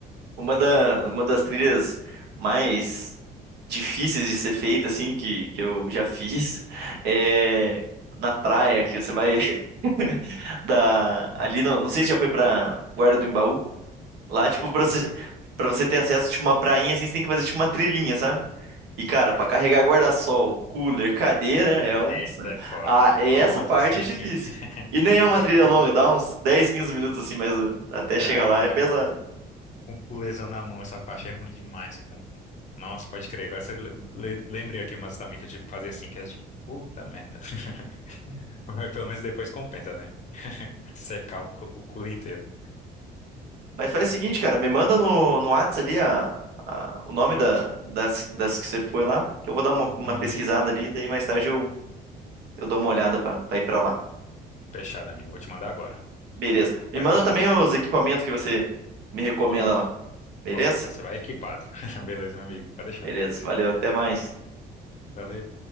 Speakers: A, on the right (about 80°); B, on the left (about 45°).
A: Uma da, uma das trilhas mais difíceis de ser feita, assim, que, que eu já <laughs> fiz, é na praia, que você vai <laughs> da,
B: Bom,
A: ali, não, não sei se já foi pra Guarda do Embaú, lá,
B: nunca
A: tipo,
B: fui.
A: pra você, pra você ter acesso, tipo, uma prainha, assim, você tem que fazer, tipo, uma trilhinha, sabe? E, cara,
B: E
A: pra
B: aí?
A: carregar guarda-sol, cooler, cadeira, é
B: Ah,
A: um...
B: essa é foda.
A: Ah, essa
B: Nossa,
A: parte
B: sim,
A: é difícil.
B: sim. <laughs>
A: E nem é uma trilha longa,
B: O
A: dá uns 10 15 minutos, assim, mas uh, até
B: Cara,
A: chegar lá é pesado.
B: com o culesão na mão, essa parte é ruim demais. pô. Nossa, pode crer. Agora você le- le- lembrei aqui umas também que eu tive que fazer assim, que era tipo, puta merda. <laughs> Mas pelo menos depois compensa, né? <laughs> Secar o, cu- o culo inteiro.
A: Mas faz o seguinte, cara, me manda no, no Whats ali a, a- o nome
B: Pronto.
A: da, das, das que você foi lá, que eu vou dar uma, uma
B: Uhum.
A: pesquisada ali, daí mais tarde eu, eu dou uma olhada pra, pra ir pra lá.
B: Fechado, amigo. Vou te mandar agora.
A: Beleza. Me
B: Vai
A: manda
B: gostar.
A: também os equipamentos que você me recomenda
B: Pronto,
A: lá. Beleza?
B: pronto. Você vai equipado. <laughs> Beleza, meu amigo. Pode deixar.
A: Beleza. Valeu, até mais.
B: Valeu.